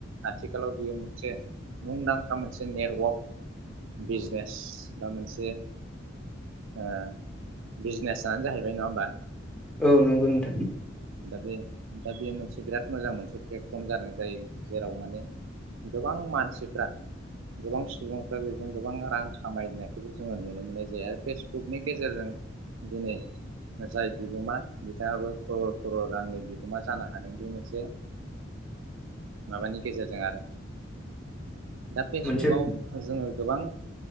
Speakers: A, on the right (about 80°); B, in the centre.
A: आथिखालाव बियो मोनसे मुंदांखा मोनसे नेटवर्क बिजनेस बा मोनसे ओ बिजनेसानो जाहैबाय नङा होमबा?
B: औ नंगौ नोंथां।
A: दा बे दा बेयो मोनसे बिराद मोजां मोनसे प्लेटफर्म जादों जायो जेराव माने गोबां मानसिफ्रा गोबां सुबुंफ्रा बेजों गोबां रां खामायनाय खौ जोङो नुनो मोननाय जायो आरो फेसबुकनि गेजेरजों दिनै जाय बिगोमा बिथाङाबो <unintelligible> खर'र रांनि बिगोमा जानो हादों बे मोनसे माबानि गेजेरजों आरो। दा फेसबुकाव
B: मोनसे
A: जोङो गोबां